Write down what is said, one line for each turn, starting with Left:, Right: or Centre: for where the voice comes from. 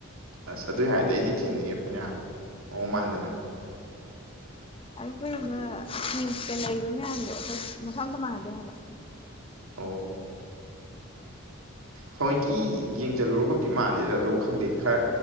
Right: ꯑꯁ ꯑꯗꯨꯏ ꯍꯥꯏꯔꯗꯤ ꯑꯩꯗꯤ ꯊꯦꯡꯅꯩꯌꯦ ꯐꯅꯌꯥꯝ ꯃꯑꯣꯡ ꯃꯥꯟꯗꯅ
Left: ꯑꯩꯈꯣꯏꯗ
Right: ꯍꯥꯏꯗꯤ
Left: ꯇ꯭ꯨꯋꯤꯟꯁꯀ ꯂꯩꯕ ꯃꯌꯥꯝꯗꯣ ꯃꯁꯛ ꯑꯝꯇ ꯃꯥꯟꯅꯗꯦ ꯍꯥꯏꯕ
Right: ꯑꯣ ꯊꯑꯣꯏꯀꯤ ꯌꯦꯡꯁꯤꯜꯂꯨꯔꯒꯕꯨꯗꯤ ꯃꯥꯟꯗꯦꯗ ꯑꯗꯣ ꯈꯪꯗꯦ ꯈꯔ